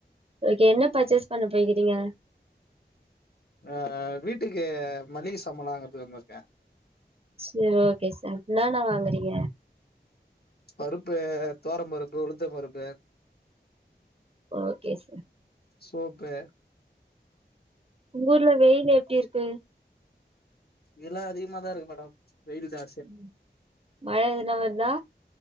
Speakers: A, on the right (about 35°); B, on the left (about 60°).
A: ஓகே என்ன பர்ச்சேஸ் பண்ண போயிக்கிறீங்க
B: ஆ வீட்டுக்கு மளிக சம்மளாலாவாங்கறதுக்கு வந்துருக்க
A: சேரி ஓகே சார் என்னானா வாங்கறீங்க
B: பருப்பு தோர பருப்பு உளுத்த பருப்பே
A: ஓகே சார்
B: சோபே
A: உங்க ஊர்ல வெயில் எப்டி இருக்கு
B: இல்லா அதிக மாதா இரு மேடம் வெயிலு ஜா
A: உம் மழ எதுனா வர்தா